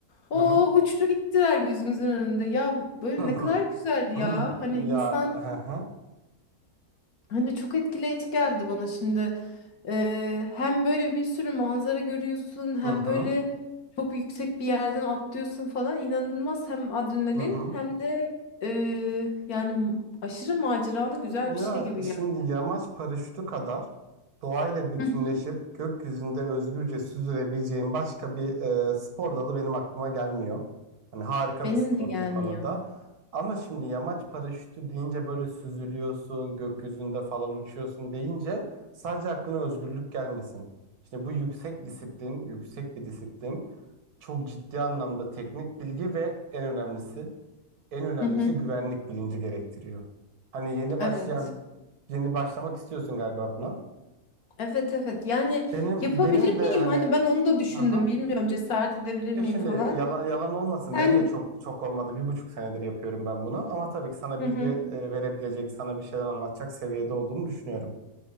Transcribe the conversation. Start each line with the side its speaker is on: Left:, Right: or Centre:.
Left: o
Right: Hı hı.
Left: uçtu gittiler gözümüzün önünde. Ya böyle
Right: Hı
Left: ne
Right: hı.
Left: kadar güzeldi
Right: <laughs>
Left: ya. Hani
Right: Ya
Left: insan
Right: hı hı.
Left: Hani çok etkileyici geldi bana şimdi. Ee, hem böyle bir sürü manzara görüyorsun,
Right: Hı
Left: hem
Right: hı.
Left: böyle çok yüksek bir yerden atlıyorsun falan. İnanılmaz hem adrenalin
Right: Hı hı.
Left: hem de e, yani aşırı maceralı güzel
Right: Ya
Left: bir şey gibi geldi.
Right: şimdi yamaç paraşütü kadar doğayla bütünleşip
Left: Hı hı.
Right: gökyüzünde özgürce süzülebileceğim başka bir e, spor dalı benim aklıma gelmiyor. Hani harika
Left: Benim
Right: bir spor
Left: de gelmiyor.
Right: bu konuda. Ama şimdi yamaç paraşütü deyince böyle süzülüyorsun, gökyüzünde falan uçuyorsun deyince sadece aklına özgürlük gelmesin. Şimdi bu yüksek disiplin, yüksek bir disiplin. Çok ciddi anlamda teknik bilgi ve en önemlisi, en önemlisi
Left: Hı hı.
Right: güvenlik bilinci gerektiriyor. Hani yeni başlayan
Left: Evet.
Right: Yeni başlamak istiyorsun galiba buna.
Left: Evet evet. Yani
Right: Benim
Left: yapabilir
Right: benim
Left: miyim?
Right: de hani
Left: Hani ben onu da düşündüm.
Right: hı hı.
Left: Bilmiyorum cesaret edebilir
Right: Ya
Left: miyim
Right: şimdi
Left: falan.
Right: yalan, yalan olmasın
Left: Sen
Right: benim de çok çok olmadı. Bir buçuk senedir yapıyorum ben bunu. Ama tabii ki sana
Left: hı
Right: bilgi
Left: hı.
Right: e, verebilecek, sana bir şeyler anlatacak seviyede olduğumu düşünüyorum.